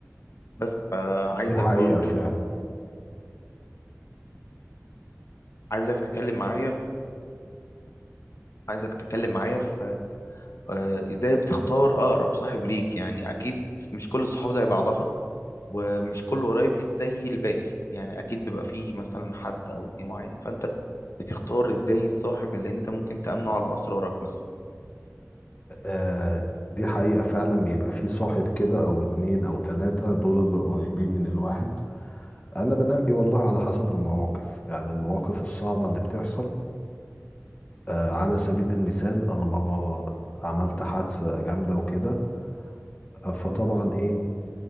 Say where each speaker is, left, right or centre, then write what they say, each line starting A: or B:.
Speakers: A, on the left; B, on the left.
A: بس فعايزك
B: دي حقيقة
A: برضو
B: فعلا
A: عايزك تتكلم معايا عايزك تتكلم معايا في آه، ازاي بتختار أقرب صاحب ليك يعني أكيد مش كل الصحاب زي بعضها ومش كله قريب ليك زي الباقي يعني أكيد بيبقى فيه مثلا حد أو اتنين معين فأنت بتختار ازاي الصاحب اللي انت ممكن تأمنه على أسرارك مثلا
B: آه دي حقيقة فعلا بيبقى في صاحب كده او اتنين او تلاتة دول اللي قريبين من الواحد انا بنقي والله على حسب المواقف يعني المواقف الصعبة اللي بتحصل آه، على سبيل المثال انا مره عملت حادثه جامده وكده آه، فطبعا ايه